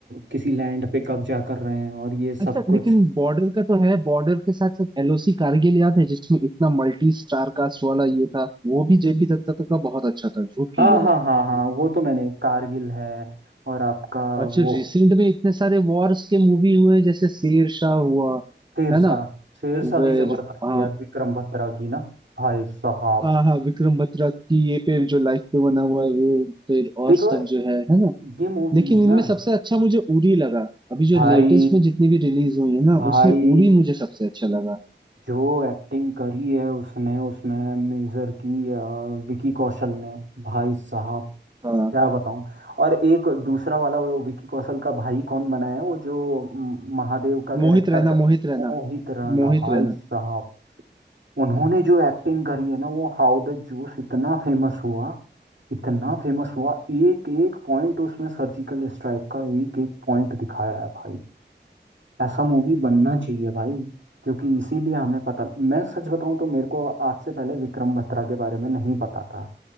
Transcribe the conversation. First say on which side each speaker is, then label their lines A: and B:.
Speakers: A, on the right; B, on the right.
A: किसी लैंड पे कब्जा कर रहे हैं और ये सब
B: अच्छा
A: कुछ
B: लेकिन बॉर्डर का तो है बॉर्डर के साथ साथ एलओसी कारगिल याद है जिसमें इतना मल्टी स्टार कास्ट वाला ये था वो भी जेपी दत्ता तो का बहुत अच्छा था झूठ क्यों
A: हाँ
B: बोलूं
A: हाँ हाँ हाँ वो तो मैंने कारगिल है और आपका
B: अच्छा
A: वो
B: रिसेंट में इतने सारे वॉर्स के मूवी हुए जैसे शेरशाह हुआ
A: शेरशाह
B: है ना
A: शेरशाह
B: फिर
A: भी जबरदस्त
B: हाँ
A: थी यार विक्रम बत्रा की ना भाई साहब
B: हाँ हाँ विक्रम बत्रा की ये पे जो लाइफ पे बना हुआ है वो फिर और
A: देखो
B: सब जो है है ना
A: ये मूवीज
B: लेकिन इनमें
A: ना
B: सबसे अच्छा मुझे उरी लगा अभी जो
A: भाई
B: लेटेस्ट में जितनी भी रिलीज हुई है ना
A: भाई
B: उसमें उरी मुझे सबसे अच्छा लगा
A: जो एक्टिंग करी है उसने उसमें मेजर की अ, विकी कौशल ने भाई साहब
B: हाँ
A: क्या बताऊं और एक दूसरा वाला वो विकी कौशल का भाई कौन बना है वो जो म, महादेव का
B: मोहित
A: कैरेक्टर
B: रैना
A: कर,
B: मोहित रैना
A: मोहित राणा
B: मोहित
A: भाई
B: रैना
A: साहब उन्होंने जो एक्टिंग करी है ना वो हाउ द जूस इतना फेमस हुआ इतना फेमस हुआ एक एक पॉइंट उसमें सर्जिकल स्ट्राइक का एक एक पॉइंट दिखाया है भाई ऐसा मूवी बनना चाहिए भाई क्योंकि इसीलिए हमें पता मैं सच बताऊं तो मेरे को आज से पहले विक्रम बत्रा के बारे में नहीं पता था